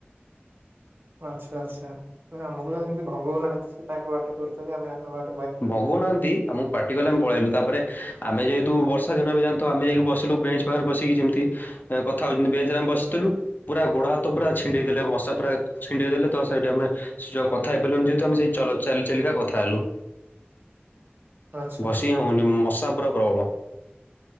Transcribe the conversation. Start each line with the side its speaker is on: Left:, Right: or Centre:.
Right: ଆଚ୍ଛା, ଆଚ୍ଛା, ଆମକୁ ତ ସେମିତି ଭଗଉ ନାହାଁନ୍ତି। ସେ ତାଙ୍କ ବାଟ କରୁଚନ୍ତି। ଆମେ ଆମ ବାଟ୍
Left: ଭଗଉନାହାଁନ୍ତି, ଆମୁ ପାଟିକଲେ ଆମେ ପଳେଇଲୁ। ତା'ପରେ ଆମେ ଯେହେତୁ ବର୍ଷା ଦିନ ଏବେ ଜାଣ୍ ଥବ, ଆମେ ଯାଇିକି ବସିଲୁ ବେଞ୍ଚ୍ ପାଖରେ ବସିକି ଯେମ୍ ତି କଥା ହଉଚନ୍ତି, ବେଞ୍ଚ୍ ରେ ଆମେ ବସିଥିଲୁ ପୁରା ଗୋଡ ହାତ ପୁରା ଛିଣ୍ଡେଇ ଦେଲେ, ମଶା ପୁରା ଛିଣ୍ଡେଇ ଦେଲେ। ତ ସେଇଠି ଆମେ ସେ ଯଉ କଥା ହେଇପାଇଲୁନି ଯେହେତୁ, ଆମେ ସେଇ ଚଲ୍ ଚାଲି ଚାଲିକା କଥା ହେଲୁ।
Right: ଆଚ୍ଛା
Left: ବସି
Right: ଆଚ୍ଛା
Left: ହଉଁ ନି, ମଶା ପୁରା ପ୍ରବଳ।